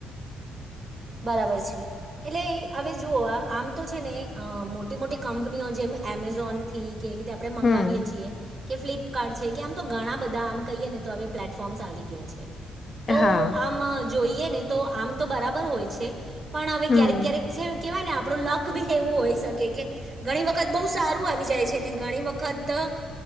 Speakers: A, on the right (about 45°); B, on the left (about 40°).
A: બરાબર છે, એટલે હવે જુઓ આમ તો છે, ને અ મોટી મોટી કંપનીઓ જેમ એ એમેઝોન થી કે એવી રીતે આપણે મગાવીએ
B: હમ
A: છીએ કે ફ્લી કાડૅ છે, કે આમ તો ઘણા બધા આમ કહીએ ને તોવે પ્લેટફોર્મ્સ આવી ગયા છે, તો
B: હા
A: આમ જોઈએ ને તો આમ તો બરાબર હોય છે, પણ હવે
B: હમ
A: ક્યારેક ક્યારેક કેવાય ને આપડું લક બી એવું હોય શકે કે ઘણી વખત બોવ સારું આવી જાય છે. ઘણી વખત અ